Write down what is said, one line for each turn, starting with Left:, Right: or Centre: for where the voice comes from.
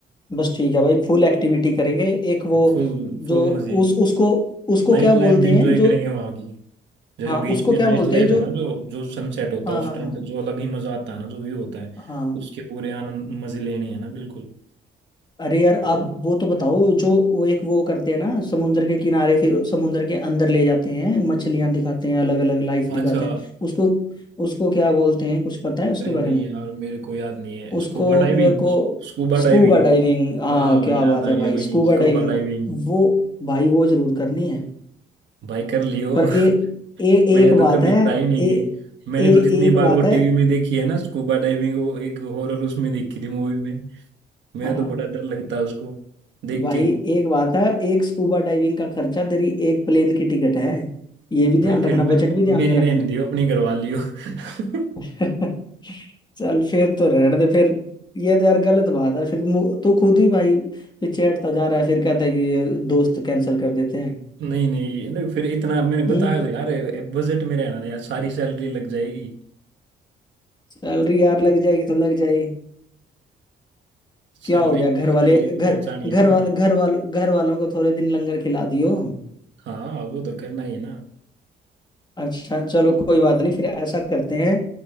Left: बस ठीक है भाई फुल एक्टिविटी करेंगे एक वो
Right: फुल फुल
Left: जो
Right: मजे
Left: उस उसको उसको
Right: नाइट
Left: क्या
Right: लाइफ
Left: बोलते
Right: भी इंजॉय
Left: हैं जो
Right: करेंगे वहां की जैसे
Left: हाँ
Right: बीच
Left: उसको
Right: पे
Left: क्या
Right: नाइट
Left: बोलते
Right: लाइफ
Left: हैं जो
Right: है ना जो जो सनसेट होता
Left: हाँ
Right: है उस
Left: हाँ
Right: टाइम
Left: हाँ
Right: पे जो अलग ही मजा आता है ना जो व्यू होता है
Left: हाँ
Right: उसके पूरे आनंद मजे लेने हैं ना बिल्कुल
Left: अरे यार
Right: तो
Left: आप वो तो बताओ जो वो एक वो करते हैं ना समुद्र के किनारे फिर समुद्र के अंदर ले जाते हैं मछलियां दिखाते हैं अलग अलग लाइफ दिखाते
Right: अच्छा
Left: हैं उसको उसको क्या बोलते हैं कुछ पता है
Right: अरे
Left: उसके
Right: नहीं
Left: बारे में
Right: यार मेरे को याद नहीं है स्कूबा
Left: उसको
Right: डाइविंग
Left: मेरे को
Right: स्कूबा
Left: स्कूबा
Right: डाइविंग
Left: डाइविंग हाँ
Right: हाँ
Left: क्या
Right: याद
Left: बात
Right: आ
Left: है
Right: गया
Left: भाई
Right: भाई
Left: स्कूबा
Right: स्कूबा
Left: डाइविंग
Right: डाइविंग
Left: वो भाई वो जरूर करनी है
Right: भाई कर लियो
Left: पर
Right: <laughs>
Left: ए, ए, एक
Right: मैं तो
Left: बात
Right: कभी
Left: है
Right: ट्राई नहीं
Left: ए,
Right: की मैंने
Left: ए,
Right: तो जितनी
Left: एक
Right: बार
Left: बात
Right: वो
Left: है
Right: टीवी में देखी है ना स्कूबा डाइविंग वो एक हॉरर उसमें देखी थी मूवी में मेरे
Left: हाँ
Right: तो बड़ा डर लगता है उसको देख
Left: भाई
Right: के
Left: एक बात है एक स्कूबा डाइविंग का खर्चा तेरी एक प्लेन की टिकट है ये भी ध्यान
Right: भाई
Left: रखना
Right: फिर मे,
Left: बजट भी ध्यान
Right: मेरी
Left: में रखना
Right: रहने दियो अपनी करवा लियो <laughs>
Left: <laughs> चल फिर तो रहने दे फिर ये तो यार गलत बात है फिर मु- तू खुद ही भाई पीछे हटता जा रहा है फिर कहता है कि ये दोस्त कैंसिल कर देते हैं
Right: नहीं नहीं नहीं फिर इतना मैंने
Left: हम्म
Right: बताया तो यार बजट में रहना है यार सारी सैलरी लग जाएगी
Left: सैलरी यार लग जाएगी तो लग जाएगी
Right: सैलरी
Left: क्या हो गया घर
Right: सैलरी
Left: वाले घर
Right: भी तो बचानी है
Left: घर
Right: ना
Left: वाल,
Right: भाई
Left: घर वाल, घर वालों को थोड़े दिन लंगर खिला दियो
Right: हाँ वो तो करना ही है ना
Left: अच्छा चलो कोई बात नहीं फिर ऐसा करते हैं